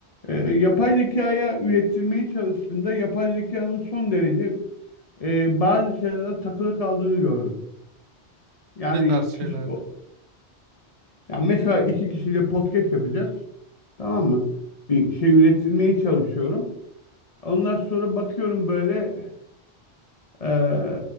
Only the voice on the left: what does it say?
E, yapay zekaya ürettirmeye çalıştığımda yapay zekanın son derece e, bazı şeylere takılı kaldığını gördüm. Yani
kişi, o- yani mesela iki kişiyle podcast yapacağız. Tamam mı? Bir şey ürettirmeye çalışıyorum. Ondan sonra bakıyorum böyle e,